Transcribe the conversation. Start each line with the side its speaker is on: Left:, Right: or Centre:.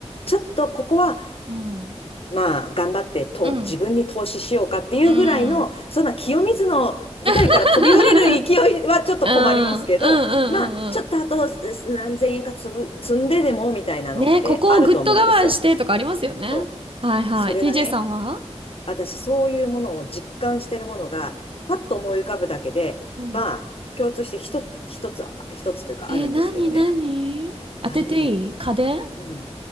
Left: ちょっとここは、
Right: うん、
Left: まあ、頑張ってと、
Right: うん、
Left: 自分に投資しようかっていうぐらいの、
Right: うん。
Left: そんな清水の舞台から飛び降りる勢いはちょっと困りますけど、
Right: <laughs> うんうん、うん、うん、
Left: まあ、ちょっとあとす何千円かつぶ、
Right: う
Left: 積んででもみたいなのってあると思うんですよ。
Right: ん。ね、ここをぐっと我慢してとかありますよね。
Left: そう。
Right: はいはい。
Left: それがね、
Right: TJ さんは
Left: 私、そういうものを実感してるものが、パッと思い浮かぶだけで、
Right: うん。
Left: まあ、共通して一つ、一つ、一つというかあるんですけどね。
Right: えー、なになに当てていい家電
Left: あのね、うん、